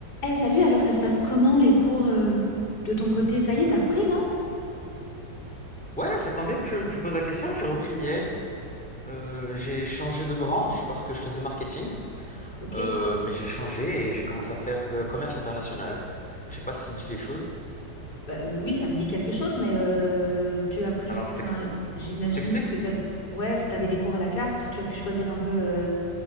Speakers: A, on the left (about 65°); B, in the centre.
A: Eh, salut, alors ça se passe comment les cours euh, de ton côté? Ça y est, t'as repris, non?
B: Ouais, ça tombe bien que tu, tu poses la question. J'ai repris hier. Euh, j'ai changé de branche parce que je faisais marketing,
A: Ok.
B: Euh, mais j'ai changé et j'ai commencé à faire euh, commerce international. Je sais pas si ça te dit quelque chose.
A: Bah, euh, oui, ça me dit quelque chose, mais euh, tu as pris...
B: Alors, je
A: Enfin,
B: t'ex-
A: j'imagine
B: t'explique?
A: que t'as... Ouais, t'avais des cours à la carte, tu as pu choisir un peu euh,